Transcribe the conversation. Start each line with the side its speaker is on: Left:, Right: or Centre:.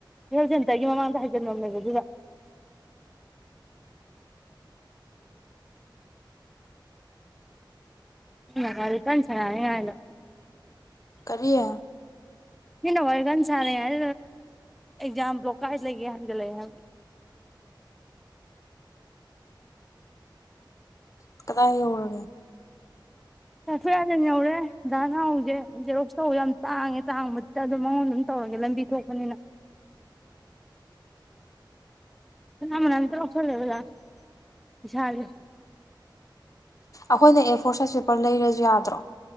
Centre: ꯍꯦꯜꯊ ꯁꯦꯟꯇꯔꯒꯤ ꯃꯃꯥꯡꯗ ꯍꯥꯏꯖꯤꯟꯕ ꯑꯃ ꯂꯩꯕ ꯑꯗꯨꯗ ꯎ ꯀꯔꯤ ꯀꯅꯤ ꯆꯦ ꯌꯥꯅ
Left: ꯀꯔꯤꯌꯦ
Centre: ꯃꯤꯅ ꯋꯥꯔꯤ ꯀꯥꯟ ꯁꯥꯥꯟꯅꯩ ꯍꯥꯏ ꯑꯦꯛꯖꯥꯝ ꯭ꯂꯣꯛ ꯀꯥꯏ ꯂꯩꯒꯦ ꯍꯥꯏꯟꯒꯠꯂꯛꯑꯦ ꯍꯥꯏ
Left: ꯎ ꯀꯗꯥ ꯍꯧꯔꯒꯦ
Centre: ꯇꯥꯐꯤ ꯌꯥꯗꯟ ꯌꯧꯔꯦ ꯥꯛ ꯉꯍꯁꯦ ꯔꯣꯛ ꯇꯧ ꯌꯥꯝ ꯇꯥꯡꯉꯦ ꯇꯥꯡꯕ ꯑꯗꯨꯝ ꯃꯉꯣꯟ ꯑꯗꯨꯝ ꯇꯧꯔꯒꯦ ꯂꯝꯕꯤ ꯊꯣꯛꯄꯅꯤꯅ ꯀꯅꯥꯃꯅ ꯑꯝꯇ ꯂꯧꯁꯜꯂꯦ ꯑꯣꯖꯥ ꯏꯁꯥꯥꯁꯦ
Left: ꯑꯩꯈꯣꯏꯅ ꯑꯦ ꯐꯣꯔ ꯁꯥꯏꯖ ꯄꯦꯄꯔ ꯂꯩꯔꯁꯨ ꯌꯥꯗ꯭ꯔꯣ